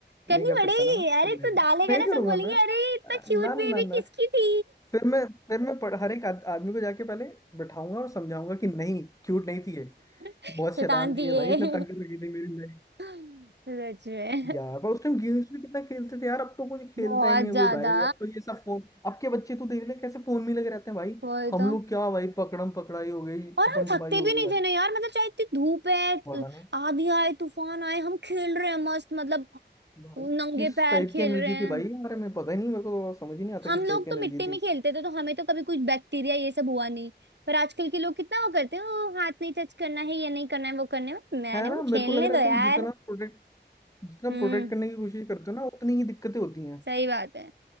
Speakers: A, on the right (about 70°); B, on the left (about 15°).
A: करनी
B: नहीं कर
A: पड़ेगी
B: सकता ना मैं
A: अरे
B: तो नहीं
A: तू डालेगा
B: नहीं
A: ना
B: करूंगा
A: सब बोलेंगे
B: मैं
A: अरे ये इतना
B: आ,
A: क्यूट
B: ना ना
A: बेबी
B: ना
A: किसकी थी
B: फिर मैं फिर मैं पढ़, हर एक आद, आदमी को जाके पहले बैठाऊंगा और समझाऊंगा कि नहीं क्यूट नहीं थी ये
A: <laughs>
B: बहुत
A: शैतान
B: शैतान
A: थी
B: थी ये
A: ये
B: भाई इसने तंग
A: <laughs>
B: लगी थी मेरी भाई
A: सच में
B: यार पर उस टाइम गेम्स भी कितना खेलते थे यार अब तो कुछ खेलता
A: बहुत
B: ही नहीं है
A: ज्यादा
B: कोई भाई अब तो ये सब फोन अब के बच्चे तो देख ले कैसे फोन में लगे रहते हैं भाई
A: वही
B: हम
A: तो
B: लोग क्या भाई पकड़म पकड़ाई हो गई
A: और
B: छुपन
A: हम
B: छुपाई
A: थकते
B: होगी
A: भी नहीं
B: भाई
A: थे ना यार मतलब चाहे इतनी धूप है अ,
B: पता नहीं
A: आंधी आए तूफान आए हम खेल रहे हैं मस्त मतलब
B: भाई
A: नंगे
B: किस
A: पैर
B: टाइप
A: खेल
B: की एनर्जी
A: रहे हैं
B: थी भाई हमारे में पता ही नहीं मेरे को तो समझ ही नहीं आता
A: हम
B: किस
A: लोग
B: टाइप की
A: तो
B: एनर्जी
A: मिट्टी में
B: थी
A: खेलते थे तो हमें तो कभी कुछ बैक्टीरिया ये सब हुआ नहीं पर आजकल के लोग कितना वो करते हैं "ओ, हाथ नहीं टच करना है ये नहीं करना है वो करने में मैंने
B: है ना
A: बोला
B: मेरे
A: खेलने
B: को लग रहा
A: दो
B: है तुम
A: यार
B: जितना प्रोटेक्ट जितना
A: हम्म
B: प्रोटेक्ट करने की कोशिश करते हो ना उतनी ही दिक्कतें होती हैं
A: सही बात है